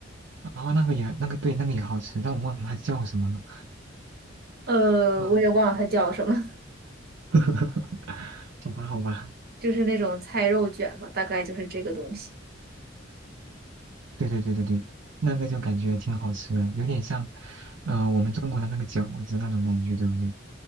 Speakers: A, on the right; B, on the right.
A: 然后那个也那个对那个也好吃，但我忘了它叫什么了，
B: 呃，
A: 嗯，
B: 我也忘了它叫什么，<laughs>
A: <laughs> 好吧好吧。
B: 就是那种菜肉卷吧，大概就是这个东西。
A: 对对对对对，那个就感觉挺好吃的，有点像，呃，我们中国的那个饺子那种感觉，对不对？